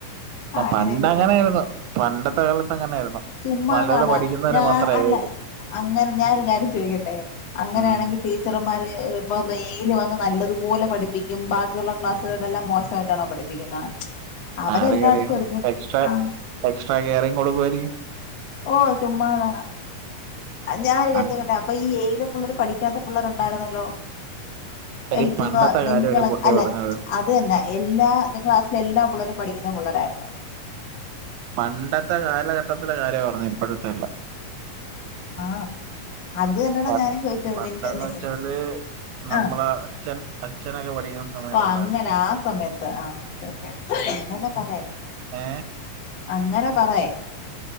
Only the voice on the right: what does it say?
ആഹ്
പണ്ട് അങ്ങനെയായിരുന്നു
പണ്ടത്തെ കാലത്ത് അങ്ങനെയായിരുന്നു
നല്ലപോലെ പഠിക്കുന്നവരെ
മാത്രം
എയില്.
ഉം.
ആരൊക്കെ അറിയാം
എക്സ്ട്രാ
എക്സ്ട്രാ കെയറിംഗ് കൊടുക്കുവാരിക്കും
അ-
എടി
പണ്ടത്തെ
കാര്യം ഒരു പൊട്ടി
പറഞ്ഞത്.
പണ്ടത്തെ കാലഘട്ടത്തിലെ കാര്യവാ പറഞ്ഞേ ഇപ്പോഴത്തെ അല്ല
പ-
പണ്ടെന്ന്
വെച്ചാല് നമ്മളെ
അച്ഛൻ അച്ഛനൊക്കെ പഠിക്കുന്ന സമയത്തുള്ളായിരുന്നു
ഏ